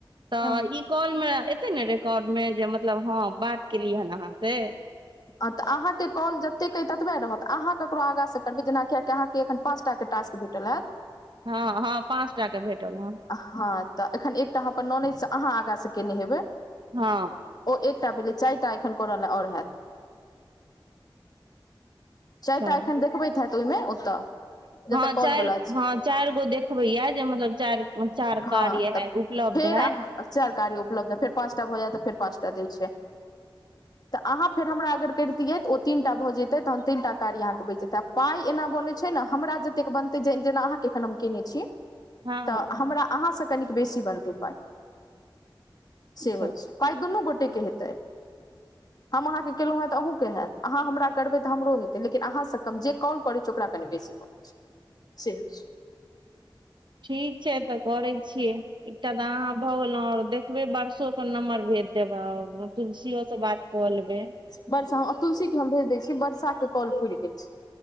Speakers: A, on the right (about 60°); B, on the left (about 50°).
A: तऽ
B: हँ
A: ई कॉल मे एतै ने रेकौडमे जे म मतलब हँ बात केलिय हन अहाँ से
B: तऽ अहाँकेँ कॉल जतेक अइ ततबे रहत अहाँ ककरो आगाँसँ करबै जेनाकि यकि अहाँकेँ एखन पाँच टा के टास्क भेटल हैत
A: हँ हँ पाँचटा के भेटल हँ
B: हँ तऽ एखन एकटा अहाँ अपन नॉलेजसँ आगाँ से केयने हेबै?
A: हँ
B: ओ एकटा पीएचडी चारि टा एखन करलए आओर हेत? चारि
A: अच्छा
B: टा एखन देखबै, तऽ ओहिमे ओतऽ। जतऽ
A: हँ,
B: कॉल
A: चारि
B: वला छै
A: हँ, चारि गो देखबै यऽ, मतलब जे चारि कार
B: हँ तऽ
A: उपलब्ध
B: फेर
A: अछि।
B: अहाँ चारि कार उपलब्ध अछि, फेर पाँचटा भऽ जायत तऽ पाँचटा दै छै। तऽ अहाँ फेर हमरा अगर करितियै, तऽ ओ तीनटा भऽ जेतै तहन। तीनटा काज अहाँके बचि जेतै आ पाय एना बनैत छै ने, हमरा जतेक बनतै, जेना अहाँके एखन हम केने छी।
A: हँ
B: तऽ हमरा अहाँसँ कनिक बेसी बनतै पाइ से
A: अच्छा
B: होइ छै पाय दुनू गोटेके हेतै। हम अहाँके केलहुँ हेत, अहूँके हेत। अहाँ हमरा करबै। हमरो हेतै, लेकिन अहाँसँ कम। जे काज करैत छै, ओकर कनि बेसी बनैत छै, से होइत छै।
A: ठीक छै तऽ करै छियै। एकटा तऽ अहाँ भऽ गेलहुँ, आओर देखबऽ वर्षसो नम्बर भेजि देब, तुलसीयोसँ बात। क लेबै
B: बर्षा तुलसी के हम भेज देय छी बर्षा के काॅल पुर गेल छै